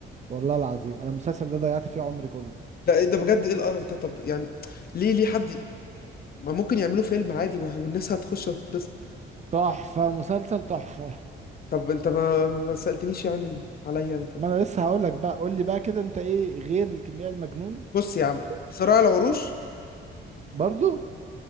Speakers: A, on the right (about 35°); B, on the left (about 50°).
A: والله العظيم انا المسلسل ده ضيعت فيه عمري كله
B: ده ايه ده بجد ايه القرف ده طب يعني ليه ليه حد ي- ما ممكن يعملوا فيلم عادي وه- والناس هتخش وتتبسط
A: تحفة مسلسل تحفة
B: طب انت ما ما سألتنيش يعني عليا انا طب
A: ما انا لسه هقولك بقى قول لي بقى كده انت ايه غير الكيمياء المجنون
B: بص يا عم
A: ب-
B: صراع العروش
A: برضو